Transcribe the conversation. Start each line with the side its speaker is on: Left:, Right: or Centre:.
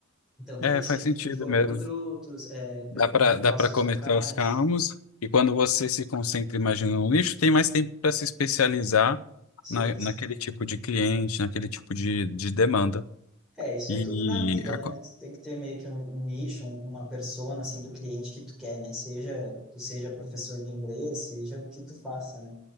Centre: Então tem
Left: É,
Centre: isso,
Left: faz
Centre: inf-
Left: sentido
Centre: infoprodutos,
Left: mesmo.
Centre: é, pe-
Left: Dá para
Centre: é, negócios
Left: dá para cometer
Centre: locais.
Left: os calmos, e quando você se concentra, imagina, no nicho, tem mais tempo para se especializar
Centre: Sim,
Left: na,
Centre: sim.
Left: naquele tipo de cliente, naquele tipo de, de demanda.
Centre: É, isso
Left: E
Centre: é tudo na vida,
Left: a
Centre: né?
Left: co-
Centre: Tu tem que ter meio que um, um nicho, um- uma persona, assim, do cliente que tu quer, né? Seja tu seja professor de inglês, seja o que tu faça, né?